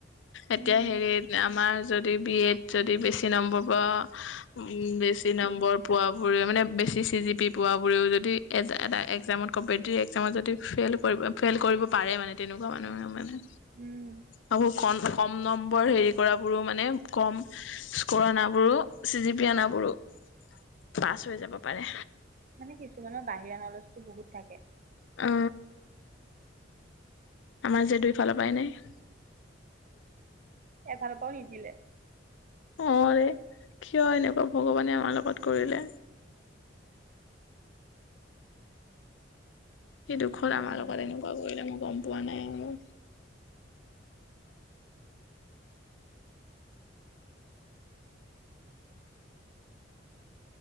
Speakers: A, on the left; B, on the right.
A: এতিয়া
B: উম,
A: হেৰিত বিএডট যদি বেছি নম্বৰ পাও, বেছি নম্বৰ পোৱা বোৰে মানে বেছি চি - জি-পি পোৱা বোৰেও যদি এটা একজামত কম্পেতেটিভ একজামত যদি, ফেইল কৰিব, ফেইল কৰিব পাৰে মানে তেনেকুৱা মানুহে মানে
B: উম,
A: বহুত কম -কম নম্বৰ হেৰি কৰাবোৰো মানে কম -স্কৰ আনাবোৰো চি জি পি আনাবোৰো পাছ হৈ যাব পাৰে।
B: মানে কিছুমানৰ বাহিৰা নলেজটো বহুত থাকে।
A: অ আমাৰ যে দুইফালৰ পৰাই নাই।
B: এফালৰ পৰাও নিদিলে!
A: অ ৰে কিয় এনেকুৱা ভগৱানে আমাৰ লগত কৰিলে। সেই দুখৰ আমাৰ
B: উম।
A: লগৰ এনেকুৱা কৰিলে মই গম পোৱা নাই